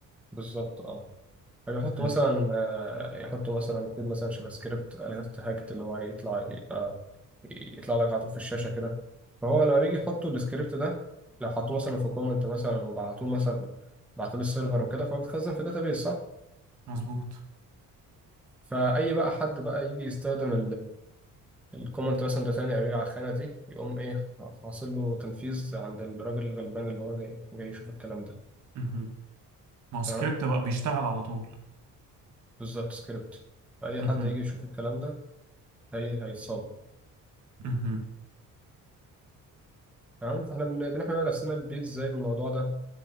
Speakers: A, in the centre; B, on the right.
A: بالظبط اه فيحطوا
B: مهم.
A: مثلا آه، يحطوا مثلا كود مثلا جافا سكريبت اليرت هاجت اللي هو يطلع آه، يطلع لك على طول في الشاشة كده فهو لما بيجي يحطوا السكريبت ده لو حطوه مثلا في كومنت مثلا وبعتوه مثلا بعتوه للسيرفر وكده فهو بيتخزن في داتابيس صح
B: مظبوط
A: فأي بقى حد بقى يجي يستخدم الكومنت مثلا ده تاني أو يجي على الخانة دي يقوم إيه حاصل له تنفيذ عند الراجل الغلبان اللي هو جاي, جاي يشوف الكلام ده
B: مهم. ما هو سكريبت
A: تمام
B: بقى بيشتغل على طول
A: بالظبط سكريبت فأي
B: مهم.
A: حد يجي يشوف الكلام ده هي هيتصاب
B: مهم.
A: تمام فاحنا بن- بنحمي بقى نفسنا بيه ازاي من الموضوع ده